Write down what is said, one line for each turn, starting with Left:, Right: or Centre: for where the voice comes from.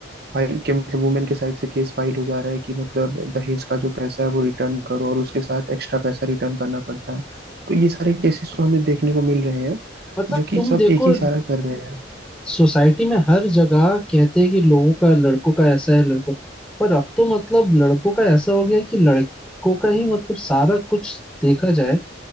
Right: फाइल के मतलब वुमेन के साइड से केस फाइल हो जा रहा है कि मतलब दहेज का जो पैसा है वो रिटर्न करो और उसके साथ एक्स्ट्रा पैसा रिटर्न करना पड़ता है तो ये सारे केसेस तो हमें देखने को मिल रहे हैं
Centre: मतलब
Right: जो कि
Centre: तुम
Right: सब
Centre: देखो
Right: एक ही सारा कर रहे हैं
Centre: सोसाइटी में हर जगह कहते हैं कि लोगों का लड़कों का ऐसा है लड़कों पर अब तो मतलब लड़कों का ऐसा हो गया कि लड़कों का ही मतलब सारा कुछ देखा जाए